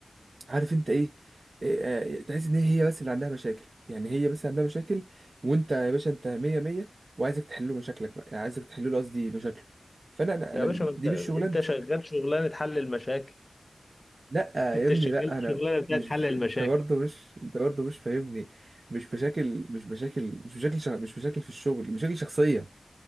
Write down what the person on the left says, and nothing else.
يا باشا
ما انت
انت
شغال شغلانه حل المشاكل
انت
شغال
شغلانه بتاعت
حل
المشاكل